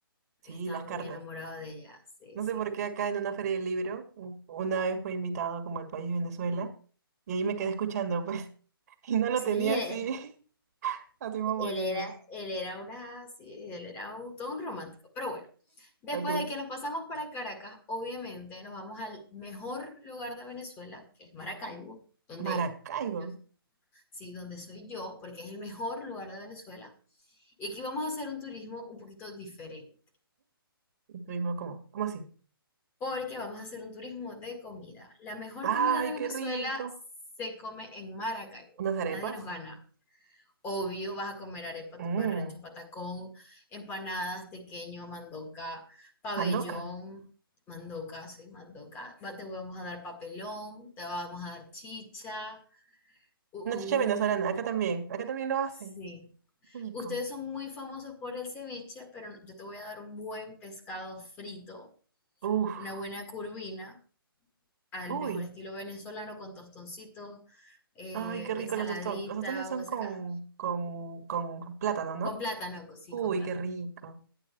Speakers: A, on the right; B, on the left.
A: Sí,
B: Él estaba
A: las cartas.
B: muy enamorado de ella, sí,
A: No
B: sí.
A: sé por qué acá en una feria del libro, u- una vez fue invitado como el país Venezuela, y ahí me quedé escuchando, pues, <laughs> y no lo
B: Sí,
A: tenía así
B: eh,
A: <laughs> a Simón
B: él
A: Bolívar.
B: era, Él era una, sí, él era un- todo un romántico. Pero bueno, después
A: Ok.
B: de que nos pasamos para Caracas, obviamente nos vamos al mejor lugar de Venezuela, que es Maracaibo, donde
A: Maracaibo.
B: yo, sí, donde soy yo, porque es el mejor lugar de Venezuela. Y aquí vamos a hacer un turismo un poquito diferente.
A: Y Estuvimos como, ¿cómo así?
B: porque vamos a hacer un turismo de comida. La mejor
A: ¡Ay,
B: comida de Venezuela
A: qué rico!
B: se come en Maracaibo.
A: Unas arepas.
B: Nadie nos gana. Obvio, vas a comer arepa,
A: Mmm,
B: tumbarrancho, patacón, empanadas, tequeño, mandoca, pabellón,
A: mandoca.
B: mandoca, sí, mandoca. Va- Te vamos a dar papelón, te vamos a dar chicha, un...
A: Una chicha venezolana. Acá también. Acá también lo hacen.
B: Sí.
A: Rico.
B: Ustedes son muy famosos por el ceviche, pero yo te voy a dar un buen pescado frito,
A: Uf.
B: una buena curvina al
A: Uy.
B: mejor estilo venezolano con tostoncitos, eh,
A: Ay, qué rico
B: ensaladita
A: los tostones. Los tostones son
B: o esa
A: con,
B: ca-
A: con, con plátano, ¿no?
B: con plátano, co- sí,
A: Uy,
B: con plátano.
A: qué rico.